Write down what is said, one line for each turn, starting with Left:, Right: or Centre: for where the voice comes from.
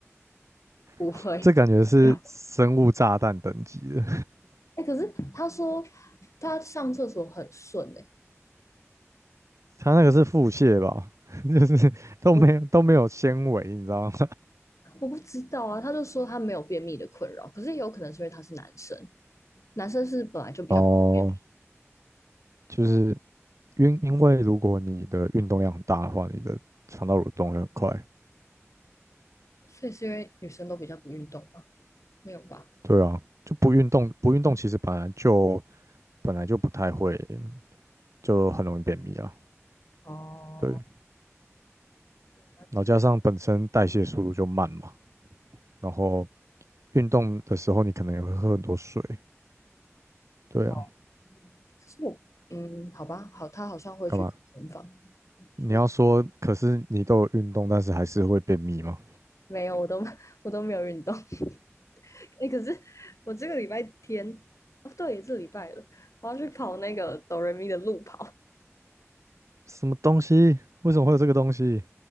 Left: 不会有。
Right: <laughs> 这感觉是生物炸弹等级的，
Left: 哎、可是他说他上厕所很顺哎、
Right: 它那个是腹泻吧，<laughs> 就是都没有都没有纤维，
Left: 我
Right: 你知道吗？
Left: 我不知道啊，他就说他没有便秘的困扰，可是也有可能是因为他是男生，男生是本来就比较不会便秘，
Right: <laughs> 哦，就是因因为如果你的运动量很大的话，你的肠道蠕动会很快。
Left: 所以是因为女生都比较不运动啊，没有吧？
Right: 对啊，就不运动，不运动其实本来就本来就不太会，就很容易便秘啊。
Left: 哦，
Right: 对，然
Left: 完全
Right: 后加上本身代谢速度就慢嘛，然后运动的时候你可能也会喝很多水。对啊，
Left: 哦，可是我，嗯，好吧，好，他好像会去健身房，
Right: 干嘛？你要说，
Left: 所以
Right: 可是你都有运动，但是还是会便秘吗？
Left: 没有，我都 <laughs> 我都没有运动。<laughs> 哎、可是我这个礼拜天，哦，对，这是礼拜了，我要去跑那个哆瑞咪的路跑。
Right: 什么东西？为什么会有这个东西？